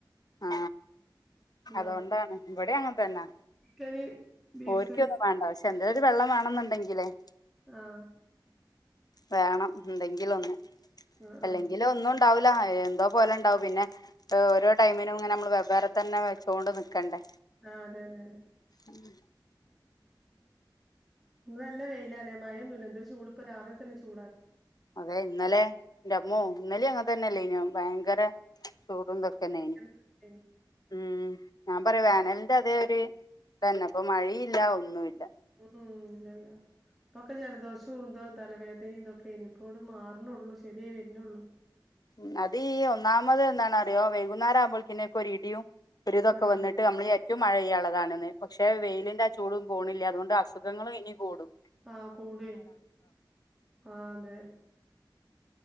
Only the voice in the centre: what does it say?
ഞാ
ക്കെന്, ബീഫ്
ആഹ്
ആഹ്
ആഹ്
ആഹ് അതെ, അതെ, അതെ
ഇന്ന് ന്ല്ലെവെയിലലേ മഴൊന്നുല്ല എന്തൊരുചൂട് ഇപ്പരാവിലെതെന്നെ ചൂടാ.
ഭയങ്കര
ചൂടേനി.
ഉ ഉം ഇല്ലല്ല. ഇപ്പൊക്കെ ജലദോഷവുംഇതോ തലവേദനിം ഇതൊക്കെയ്നി പ്പോണ് ട്ട് ട്ട്മാറ്ണൊള്ളൂ ശെരിയാവെര്നൊള്ളൂ.
ആഹ്
ആഹ കൂടുയ് ആ അതെ